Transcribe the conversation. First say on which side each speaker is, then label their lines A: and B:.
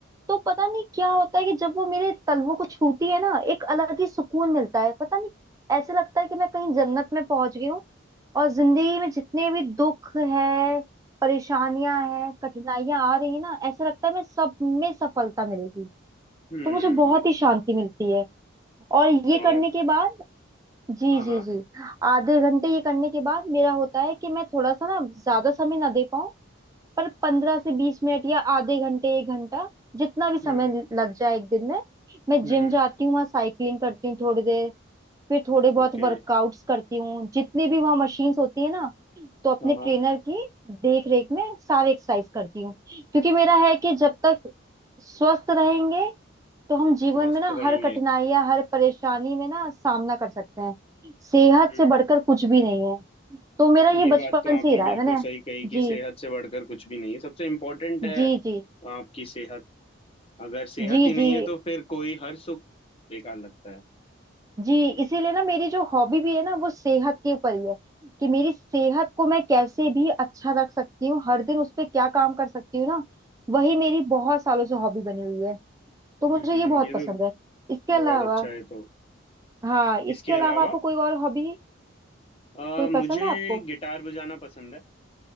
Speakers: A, on the right (about 15°); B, on the left (about 30°).
A: तो पता नहीं क्या होता है कि जब वो मेरे तलवों को छूती है ना एक अलग ही सुकून मिलता है पता नहीं ऐसे लगता है कि मैं कहीं जन्नत में पहुंच गई हूँ और जिंदगी में जितने भी दुख है परेशानियां हैं कठिनाइयां आ रही है ना ऐसा लगता है मैं सब में सफलता मिलेगी
B: हम्म
A: तो मुझे बहुत ही शांति मिलती है और ये
B: तो
A: करने
B: आप
A: के बाद जी
B: हाँ
A: जी
B: हाँ
A: जी आधे घंटे ये करने के बाद मेरा होता है कि मैं थोड़ा सा ना ज्यादा समय ना दे पाऊं पर पंद्रह से बीस मिनट या आधे घंटे एक घंटा जितना भी समय
B: हम्म
A: लग जाए एक दिन में मैं
B: हम्म
A: जिम जाती हूँ वहाँ साइकिलिंग करती हूँ थोड़ी देर फिर थोड़े बहुत
B: ओके
A: वर्कआउट्स करती हूँ जितने भी वहाँ मशीन्स होती है ना तो अपने
B: हाँ हाँ
A: ट्रेनर की देख रेख में सारे एक्सरसाइज करती हूँ क्योंकि मेरा है कि जब तक स्वस्थ रहेंगे तो हम जीवन
B: मस्त
A: में ना
B: रहेंगे
A: हर कठिनाई या हर परेशानी में ना सामना कर सकते हैं सेहत
B: हम्म
A: से बढ़कर कुछ भी नहीं है तो मेरा ये
B: ये
A: बचपन
B: बात तो
A: से
B: आपने
A: ही रहा
B: बिल्कुल
A: है मैंने
B: सही कही कि
A: जी
B: सेहत से बढ़कर कुछ भी नहीं है सबसे इम्पोर्टेंट है
A: जी जी
B: आपकी सेहत अगर सेहत
A: जी
B: ही नहीं
A: जी
B: है तो फिर कोई हर सुख बेकार लगता है
A: जी इसीलिए ना मेरी जो हॉबी भी है ना वो सेहत के ऊपर ही है कि मेरी सेहत को मैं कैसे भी अच्छा रख सकती हूँ हर दिन उस पे क्या काम कर सकती हूँ ना वही मेरी बहुत सालों से हॉबी बनी हुई है तो
B: हम्म
A: मुझे
B: हम्म,
A: ये बहुत
B: ये
A: पसंद
B: तो
A: है इसके अलावा
B: बहुत अच्छा है तो
A: हाँ
B: इसके
A: इसके
B: अलावा
A: अलावा आपको कोई और हॉबी
B: अ,
A: कोई
B: मुझे
A: पसंद है आपको
B: गिटार बजाना पसंद है